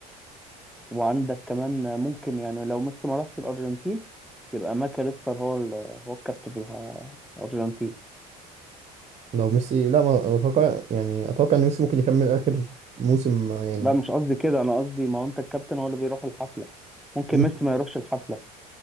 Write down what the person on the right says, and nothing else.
لو ميسي لا ما ما اتوقع يعني اتوقع ان ميسي ممكن يكمل اخر موسم آه، يعني
مم.